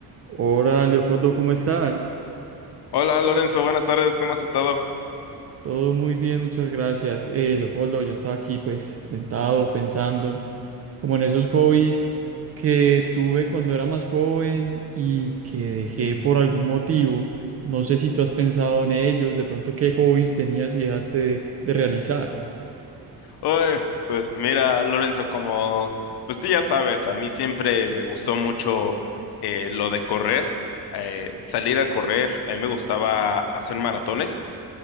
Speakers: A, on the right; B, on the left.
A: Hola, Leopoldo, ¿cómo estás?
B: Hola Lorenzo, buenas tardes, ¿cómo has estado?
A: Todo muy bien, muchas gracias. Eh, Leopoldo, yo estaba aquí pues sentado pensando como en esos hobbies que tuve cuando era más joven y que dejé por algún motivo. No sé si tú has pensado en ellos, de pronto qué hobbies tenías y dejaste de de realizar.
B: Oye, pues mira Lorenzo, como pues tú ya sabes, a mí siempre me gustó mucho eh, lo de correr, eh, salir a correr, a mí me gustaba hacer maratones.